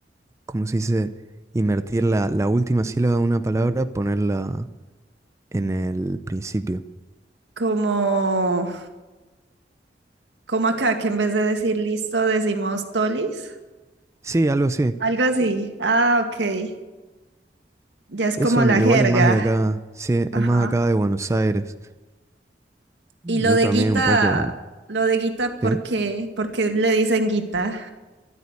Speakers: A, on the right; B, on the right.
A: ¿cómo se dice? Invertir la, la última sílaba de una palabra, ponerla en el principio.
B: Como, como acá, que en vez de decir listo, decimos tolis.
A: Sí, algo así.
B: Algo así. Ah, ok. Ya es
A: Eso
B: como
A: em-
B: la
A: igual
B: jerga.
A: es más de acá, sí,
B: Ajá.
A: es más acá de Buenos Aires. Yo
B: Y lo de
A: también
B: Guita,
A: un poco,
B: lo de Guita, ¿por
A: ¿sí?
B: qué? ¿Por qué le dicen Guita?